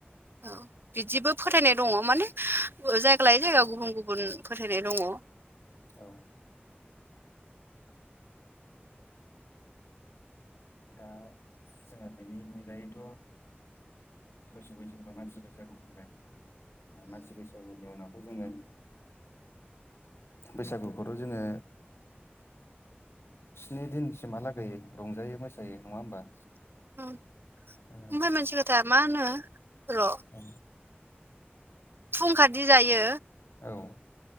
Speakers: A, on the right; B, on the left.
A: औ बिदिबो फोथायनाय दङ माने जायगा लायै जायगा गुबुन गुबुन फोथायनाय दङ।
B: औ दा जोंहा बेनि अनगायैथ' मोसौ बैसागुनिफ्राय मानसि बैसागु फैबाय मानसि बैसागुनि उनावथ' जोङो बैसागुखौथ' जोङो स्नि दिनसिमहालागैयै रंजायो मोसायो नङा होमबा।
A: ओम ओमफ्राय
B: ओ
A: मोनसे खोथा मा होनो र'
B: औ
A: फुंखादि जायो
B: औ